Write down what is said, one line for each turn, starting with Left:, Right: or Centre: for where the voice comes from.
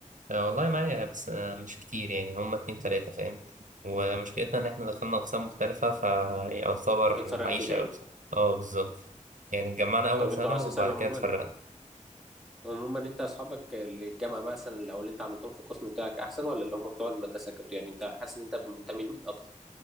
Right: آه، والله معايا بس آه، مش كتير يعني هما اتنين تلاته فاهم ومشكلتنا ان احنا دخلنا اقسام مختلفه فيعتبر
Centre: اتفرقتوا
Right: معيشه
Centre: تاني
Right: قوي بصراحه اه بالظبط يعني اتجمعنا اول
Centre: طب
Right: سنه
Centre: انتوا اساسا
Right: وبعد
Centre: عموما
Right: كده اتفرقنا
Centre: عموما انت اصحابك اللي الجامعه مثلا اللي او اللي انت عملتهم في القسم بتاعك احسن ولا اللي هم بتوع المدرسه كنت يعني انت حاسس ان انت منتمي لمين اكتر